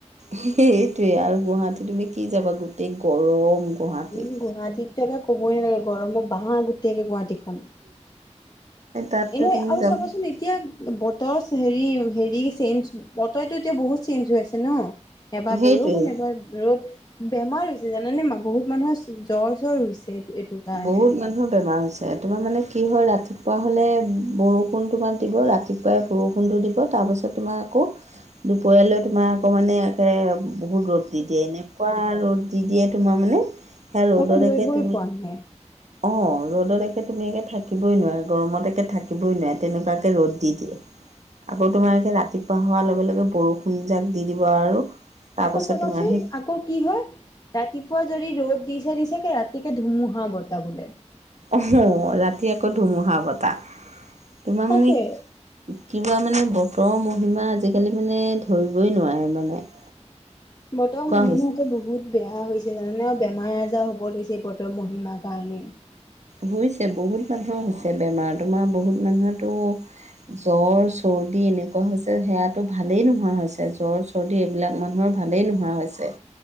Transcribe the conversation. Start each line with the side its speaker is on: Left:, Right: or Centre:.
Right: সেইটোৱে আৰু গুৱাহাটী তুমি কি যাবা গোটেই গৰম। গুৱাহাটীত
Left: উম গুৱাহাটীতো ক'বই নালাগে গৰমৰ বাঁহ গোটেই গুৱাহাটীখন।
Right: তাততো
Left: এনেই
Right: তুমি
Left: আৰু
Right: যাবা
Left: চাবচোন এতিয়া বতৰ হেৰি হেৰি চেঞ্জ বতৰতটো এতিয়া বহুত চেঞ্জ হৈ আছে ন। এবাৰ
Right: সেইটোৱে
Left: বৰষুণ এবাৰ ৰ'দ। বেমাৰ হৈছে জানানে বহুত মানুহৰ জ্বৰ জ্বৰ হৈছে এইটো কাৰণে
Right: বহুত মানে বেমাৰ হৈছে তোমাৰ মানে কি হয় ৰাতিপুৱা হ'লে বৰষুণ তোমাৰ দিব ৰাতি বৰষুণটো দিব তাৰপিছত তোমাৰ আকৌ দুপৰীয়ালৈ তোমাৰ আকৌ মানে বহুত ৰ'দ দি দিয়ে এনেকুৱা ৰ'দ দি দিয়ে তোমাৰ মানে সেয়া ৰ'দকে
Left: আকৌ
Right: তুমি
Left: <unintelligible>
Right: অ, ৰ'দত একে তুমি একে থাকিবই নোৱাৰা গৰমত একে থাকিবই নোৱাৰে তেনেকুৱাকে ৰ'দ দি দিয়ে। আকৌ তোমাৰ ৰাতিপুৱা হোৱাৰ লগে লগে বৰষুণ যাক দি দিব আৰু। তাৰপাছত
Left: আকৌ চাবাচোন
Right: তোমাৰ সেই
Left: আ আকৌ কি হয় ৰাতিপুৱা যদি ৰ'দ দিছে দিছে গে ৰাতিকে ধুমুহা বতাহ বোলে।
Right: অহ ৰাতি আকৌ ধুমুহা বতাহ তোমাৰ
Left: তাকে
Right: মানে কিবা মানে বতৰৰ মহিমা আজিকালি মানে ধৰিবই নোৱাৰে মানে। <inaudible>
Left: বৰতৰ মহিমা
Right: হৈছে
Left: বহুত বেয়া হৈছে জানানে আৰু বেমাৰ আজাৰ হ'ব ধৰিছে এই বতৰ মহিমাৰ কাৰণে।
Right: হৈছে বহুত মানুহৰ হৈছে বেমাৰ তোমাৰ বহুত মানুহৰটো জ্বৰ চৰ্দি এনেকুৱা হৈছে সেয়াটো ভালেই নোহোৱা হৈছে জ্বৰ চৰ্দি এইবিলাক মানুহৰ ভালেই নোহোৱা হৈছে।